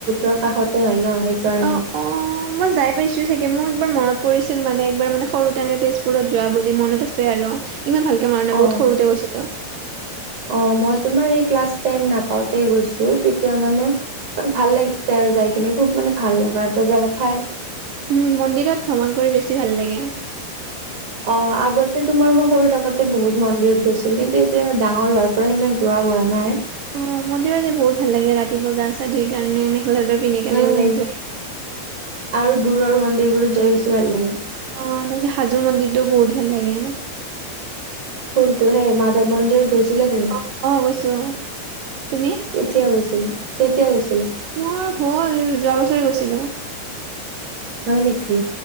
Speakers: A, on the right; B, on the right.
A: ব্ৰহ্মপুত্ৰৰ কাষতে হয় ন। সেইকাৰণে
B: অ, অ। মই যাই পাইছোঁ চাগে মোৰ একবাৰ মনত পৰিছিল মানে একবাৰ মানে সৰুতেনেকে তেজপুৰত যোৱা বুলি মনত আছে আৰু। ইমান ভালকৈ মনত নাই
A: অ
B: বহুত সৰুতে গৈছিলোঁ।
A: অ মই তোমাৰ এই ক্লাছ টেন নাপাওঁতে গৈছোঁ তেতিয়া মানে। ভাল লাগিছে আৰু যাই কিনে খুব মানে ভাল লগা এটা জেগা ঠাই।
B: উম মন্দিৰত ভ্ৰমণ কৰি বেছি ভাল লাগে।
A: অ আগতে তোমাৰ মই সৰু থাকোতে বহুত মন্দিৰত গৈছিলো কিন্তু এতিয়া ডাঙৰ হোৱাৰ। ত পৰা সিমান যোৱা হোৱা নাই।
B: অ মন্দিৰত যে বহুত ভাল লাগে ৰাতিপুৱা গা চা ধুই কাৰণে মেখেলা চাদৰ পিন্ধি কাৰণে
A: উম
B: ওলাই যোৱা।
A: আৰু দূৰৰ মন্দিৰবোৰত যাই পিছো ভাল লাগে।
B: অ তাৰপিছত হাজোৰ মন্দিৰটো বহুত ভাল লাগে।
A: কোনটো সেই মাধৱ মন্দিৰত গৈছিলা তুমি।
B: অ অ গৈছোঁ তুমি।
A: কেতিয়া গৈছিলোঁ কেতিয়া গৈছিলোঁ।
B: মোৰ হ'ল যোৱা বছৰে গৈছিলোঁ।
A: হয় নেকি।